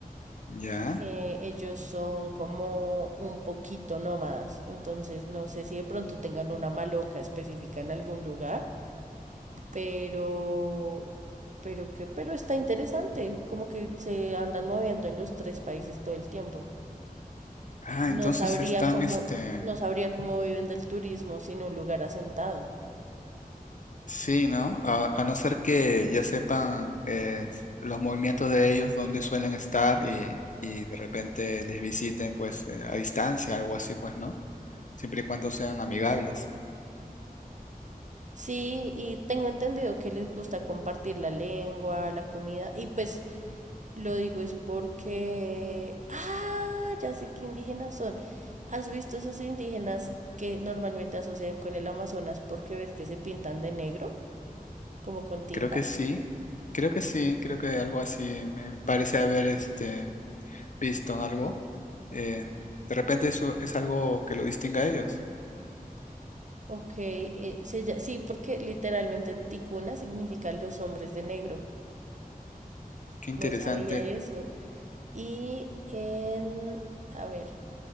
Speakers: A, on the left; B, on the right.
A: ya,
B: Eh, ellos son como un poquito nómadas, entonces no sé si de pronto tengan una maloca específica en algún lugar Pero, pero qué, pero está interesante, como que se andan moviendo en los tres países todo el tiempo.
A: ah,
B: No
A: entonces
B: sabría
A: están,
B: cómo,
A: este,
B: no sabría cómo viven del turismo sin un lugar asentado.
A: sí, ¿no? A, a no ser que ya sepan eh, los movimientos de ellos, dónde suelen estar y, y de repente les visiten, pues, eh, a distancia, algo así, pues, ¿no? siempre y cuando sean amigables.
B: Sí, y tengo entendido que les gusta compartir la lengua, la comida, y pues lo digo es porque, ah, ya sé qué indígenas son. ¿Has visto esos indígenas que normalmente asocian con el Amazonas porque ves que se pintan de negro, como con tintas?
A: Creo que sí, creo que sí, creo que algo así me parece haber este, visto algo. Eh, de repente eso es algo que lo distingue a ellos.
B: Ok, eh, se lla- sí, porque literalmente ticuna significa los hombres de negro.
A: Qué
B: No
A: interesante.
B: sabía eso. Y en, a ver,